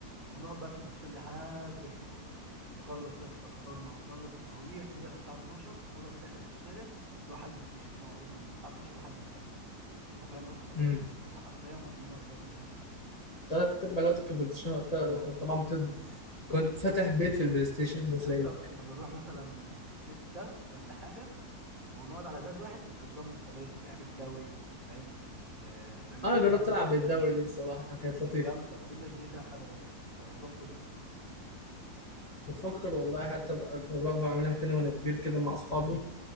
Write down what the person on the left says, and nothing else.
امم
تلات أرباع الوقت كان في البلاي ستيشن وقتها
كان طبعا
بتد... كنت فاتح بيت في البلاي ستيشن ده تلاقيك
أنا
جربت
ألعب بالدورة
دي بصراحة كانت
لطيفة
بفكر والله حتى أبقى أجربها أعملها تاني وأنا كبير كده مع أصحابي